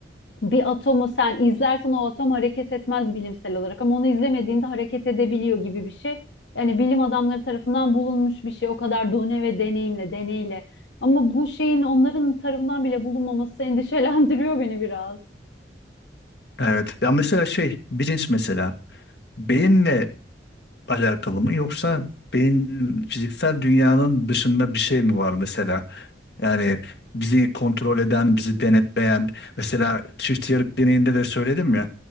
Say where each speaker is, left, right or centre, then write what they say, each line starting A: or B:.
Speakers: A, on the left (about 75°); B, on the left (about 60°).
A: bir atomu sen izlersen o atom hareket etmez bilimsel olarak ama onu izlemediğinde hareket edebiliyor gibi bir şey. Yani bilim adamları tarafından bulunmuş bir şey o kadar done ve deneyimle, deneyle. Ama bu şeyin onların tarafından bile bulunmaması <laughs> endişelendiriyor beni biraz.
B: Evet. Ya mesela şey bilinç mesela. Beyinle alakalı mı yoksa beyin fiziksel dünyanın dışında bir şey mi var mesela? Yani bizi kontrol eden, bizi denetleyen mesela çift yarık deneyinde de söyledim ya